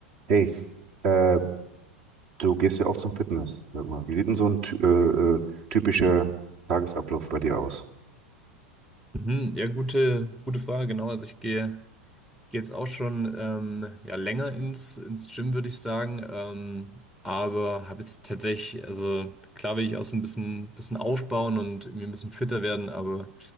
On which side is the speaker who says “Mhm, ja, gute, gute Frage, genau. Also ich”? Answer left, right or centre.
Centre